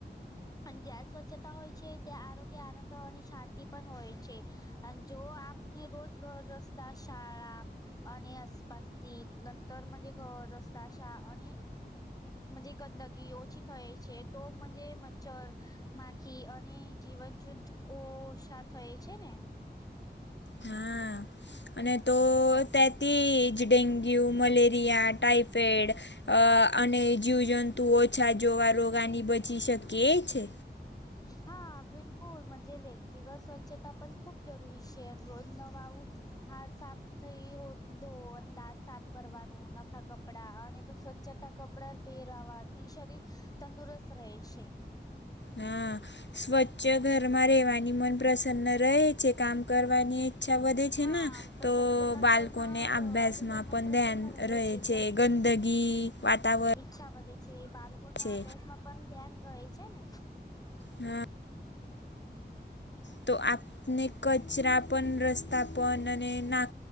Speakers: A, on the left; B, on the left.
A: જ્યાં સ્વચ્છતા હોય છે ત્યાં આરોગ્ય, આનંદ અને શાંતિ પણ હોય છે. અને જો આપને રોજ ઘર, રસ્તા, શાળા અને આસપાસથી નંતર મજ ઘર રસ્તા શા અને મજે ગંદગી ઓછી થયે છે તોજ મચ્છર માખી અને જીવન જુદ ઓછા થય છે ને.
B: હા. અને તો તેથી જ ડેન્ગ્યુ, મલેરિયા, ટાઈફોઇડ અ અને જીવજંતુ ઓછા જોવા રોગાની બચી શકે છે.
A: હા બિલકુલ મજે વ્યક્તિગત સ્વચ્છતા પણ ખૂબ જરૂરી શેર રોજ નવા આવું હાથ સાફ થઈ હો દો અને દાંત સાફ કરવાનું, નખા કપડા અને તો સ્વચ્છતા કપડા પહેરાવાથી શરીર તંદુરસ્ત રહે છે.
B: હા. સ્વચ્છ ઘરમાં રહેવાની, મન પ્રસન્ન રહે છે કામ કરવાની ઈચ્છા વધે છે
A: હા
B: ને
A: પણ
B: તો
A: સ્વચ્છતા
B: બાળકોને
A: ઘરમાં રહેવાથી
B: અભ્યાસમાં
A: તો મન
B: પણ
A: પ્રસન્ન
B: ધ્યાન રહે
A: છે
B: ગંદગી વાતાવરણ
A: અચ્છા વધે છે એ બાળકોના
B: છે
A: અભ્યાસમાં પણ ધ્યાન રહે છે ને
B: હા. તો આપને કચરા પણ રસ્તા પણ અને ના